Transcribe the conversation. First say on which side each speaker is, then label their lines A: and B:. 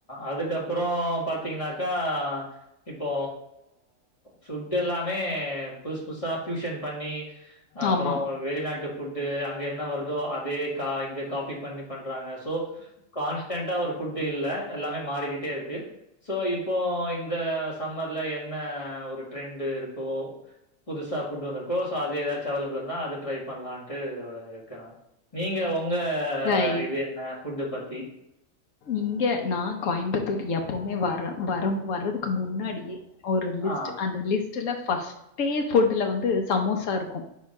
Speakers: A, on the left; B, on the left.
A: அதுக்கப்பறோ பாத்தீங்கன்னாக்கா இப்போ ஃபுட் எல்லாமே புதுசு புதுசா ஃபியூஷன் பண்ணி அப்பறோ
B: ஆமா.
A: வெளிநாட்டு ஃபுட்டு அங்க என்ன வருதோ அதே கா இங்க காப்பி பண்ணி பண்றாங்க ஸோ கான்ஸ்டண்டா ஒரு ஃபுட்டு் இல்ல எல்லாமே மாறிக்கிட்டு இருக்கு ஸோ இப்போ இந்த சம்மர்ல என்ன ஒரு ட்ரெண்டு இருக்கோ புதுசா ஃபுட் வந்திருக்கோ சோ அது ஏதாச்சு அவைலபிள்னா அது ட்ரை பண்லான்ட்டு இருக்கே நா நீங்க உங்க
B: ரைட்.
A: இது என்ன ஃபுட்டு பத்தி
B: இங்க நா கோயம்புத்தூர் எப்பவுமே வர வரம் வர்ரதுக்கு முன்னாடியே ஒரு லிஸ்ட்டு
A: ஆ.
B: அந்த லிஸ்ட்ல ஃப்ஸ்ட்டே ஃபுட்ல வந்து சமோசா இருக்கு